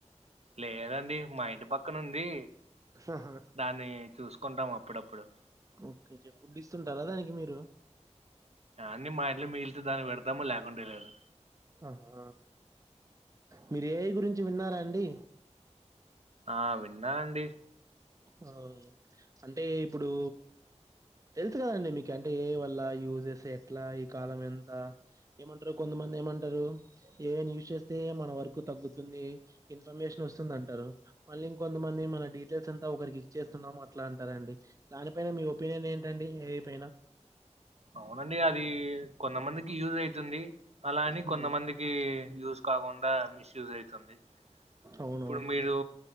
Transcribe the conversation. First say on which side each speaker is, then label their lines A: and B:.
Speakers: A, on the right; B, on the right.
A: లేదండి మా ఇంటి పక్కన ఉంది
B: ఆహా
A: దాన్ని చూసుకుంటాం అప్పుడప్పుడు
B: ఓకే ఫుడ్ ఇస్తుంటరా దానికి మీరు
A: దాన్ని మా ఇట్లో మిగిలితే దాన్ని పెడతామో లకుండే లేదు
B: ఆహా మీరు ఏఐ గురించి విన్నారా అండి
A: ఆ విన్నా అండి
B: అ అంటే ఇప్పుడు తెలుసు కదండి మీకు అంటే ఏ వల్ల యూజ్చేస్తే ఎట్లా ఈ కాలం ఎంత ఏమంటరు కొంతమంది ఏమంటరు ఏఐనీ చేస్తే మన వరకు తగ్గుతుంది ఇన్ఫర్మేషన్ వస్తుంది అంటారు మళ్ళీ ఇంకొంతమంది మన డీటెయిల్స్ అంతా ఒకరికి ఇచ్చేస్తున్నము అట్లా అంటారండి దానిపైన మీ ఒపీనియన్ ఏంటడి ఏఐ పైన
A: అవునండి అది కొంతమందికి యూజ్ అయితుంది అలా అని
B: హ్మ్,
A: కొంతమంది కి యూజ కాకుండా మిస్యూజ్ అయితుంది
B: అవునవును
A: ఇప్పుడు మీరు